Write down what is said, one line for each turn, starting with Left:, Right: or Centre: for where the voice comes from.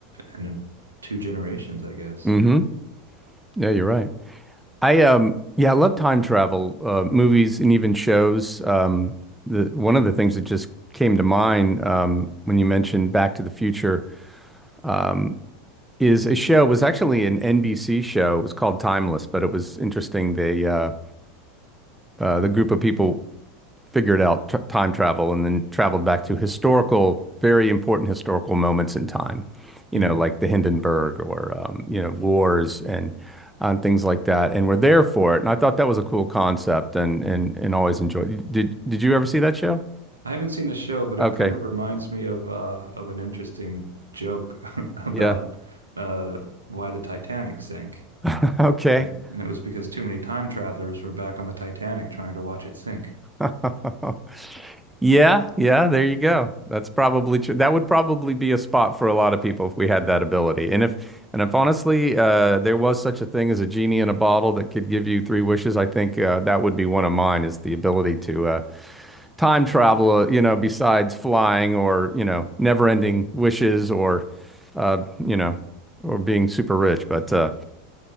Right: and in two generations, I guess.
Centre: Mm-hmm. Yeah, you're right. I um yeah, I love time travel uh, movies and even shows. Um, the one of the things that just came to mind um, when you mentioned Back to the Future. Um, is a show was actually an NBC show. It was called Timeless, but it was interesting. They uh, uh, the group of people figured out tr time travel and then traveled back to historical, very important historical moments in time. You
Right: Mhm.
Centre: know, like the Hindenburg or um, you know wars and and things like that, and were there for it. And I thought that was a cool concept, and and and always enjoyed. Did did you ever see that show?
Right: I haven't seen the show, but
Centre: Okay,
Right: it kind of reminds me of uh, of an interesting joke <laughs> about
Centre: yeah,
Right: uh, why the Titanic sank.
Centre: <laughs> okay.
Right: And, and it was because too many time travelers were back on the Titanic trying to watch it sink.
Centre: <laughs> Yeah, yeah, there you go. That's probably true. That would probably be a spot for a lot of people if we had that ability. And if and if honestly, uh, there was such a thing as a genie in a bottle that could give you three wishes, I think uh, that would be one of mine is the ability to uh, time travel, uh, you know, besides flying or, you know, never-ending wishes or uh, you know, or being super rich. But uh